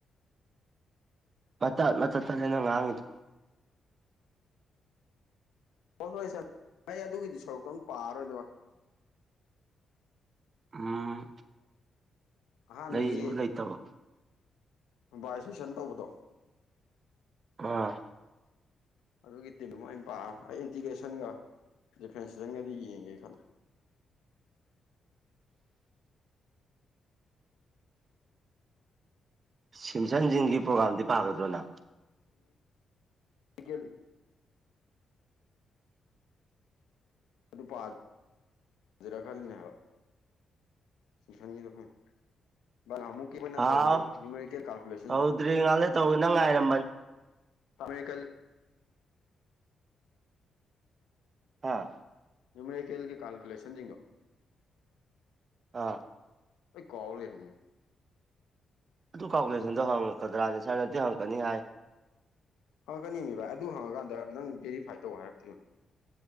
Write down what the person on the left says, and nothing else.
ꯍꯣꯏ ꯑꯩ ꯑꯗꯨꯒꯤꯗꯤ ꯁꯔꯨꯛꯇꯣ ꯑꯗꯨꯝ ꯄꯥꯔꯔꯣꯏꯗꯕ
ꯑꯍꯥꯟꯕꯗꯒꯤ
ꯕꯥ ꯁꯁꯟ ꯇꯧꯕꯗꯣ
ꯑꯗꯨꯒꯤ ꯇꯤꯝ ꯑꯃ ꯑꯝ ꯄꯥꯛꯑ ꯑꯩ ꯏꯟꯇꯤꯒ꯭ꯔꯦꯁꯟꯒ ꯐ꯭ꯔꯦꯟꯁ ꯆ ꯀꯗꯤ ꯌꯦꯒ ꯈꯜ
ꯀꯦꯜ ꯑꯗꯨ ꯄꯥꯖꯔ ꯈꯜꯂꯤꯅꯦ ꯍꯥꯏꯕ ꯁꯟꯊꯅꯤꯌꯗꯍꯣꯏ ꯕꯅꯃꯨꯛꯀꯤ ꯑꯩꯈꯣꯏꯅ
ꯇꯧꯗ ꯅ꯭ꯌꯨꯃꯔꯤꯀꯦꯜ ꯀꯥꯜꯀꯨꯂꯦꯁꯟꯗꯣ
ꯇꯃꯦ ꯀꯜ
ꯌꯨꯝꯃꯩꯀꯦꯜꯒꯤ ꯀꯥꯜꯀꯨꯂꯦꯁꯟꯁꯤꯡꯤꯡꯗꯣ
ꯑꯩ ꯀꯥꯎ ꯂꯩ ꯍꯥꯏꯅꯤ
ꯍꯪꯉꯛꯀꯅꯤ ꯃꯤ ꯚꯥꯏ ꯑꯗꯨ ꯍꯪꯉꯀꯥꯟꯗ ꯅꯪ ꯚꯦꯔꯤꯐꯥꯏ ꯇꯧꯕ ꯍꯥꯏꯔꯛꯇꯣꯏꯔꯤꯕꯅꯤ